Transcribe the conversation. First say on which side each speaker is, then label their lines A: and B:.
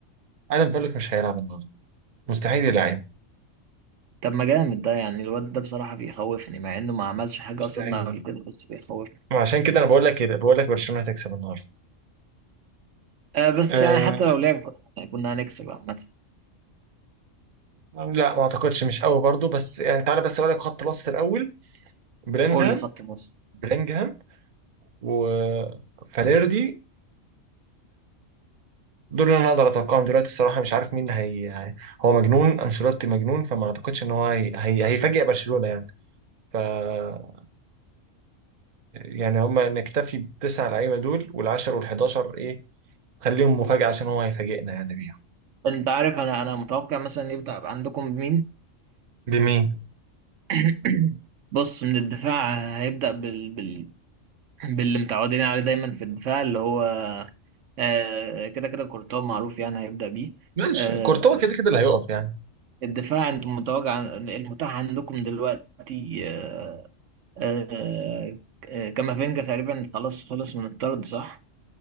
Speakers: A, on the right (about 40°); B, on the right (about 70°).
A: انا بقول لك مش هيلعب النهارده مستحيل يلعب
B: طب ما جامد ده يعني الواد ده بصراحة بيخوفني مع انه ما عملش حاجة
A: مستحيل
B: اصلا قبل كده بس بيخوفني
A: عشان كده انا بقول لك بقول لك برشلونة هتكسب النهارده
B: آه بس
A: أه
B: يعني حتى لو لعب كنا كنا هنكسب عامة
A: لا ما اعتقدش مش قوي برضو بس يعني تعالى بس اقول لك خط الوسط الاول بلينغهام
B: قول لي خط النص
A: بلينغهام وفاليردي دول اللي انا اقدر اتوقعهم دلوقتي الصراحه مش عارف مين هي, هي هو مجنون انشيلوتي مجنون فما اعتقدش ان هو هي... هي... هيفاجئ برشلونه يعني ف آه، يعني هم نكتفي بالتسع لعيبه دول وال10 وال11 ايه خليهم مفاجاه عشان هو هيفاجئنا يعني بيها
B: انت عارف انا انا متوقع مثلا يبدأ عندكم مين
A: بمين
B: <clears throat> بص من الدفاع هيبدأ بال... بال... باللي متعودين عليه دايما في الدفاع اللي هو آه، كده كده كورتوا معروف يعني هيبدأ بيه
A: ماشي
B: آه،
A: كورتوا كده كده اللي هيقف يعني
B: الدفاع انتم متوقع المتاح عندكم دلوقتي آه، آه، آه، كامافينجا تقريبا خلاص خلص من الطرد صح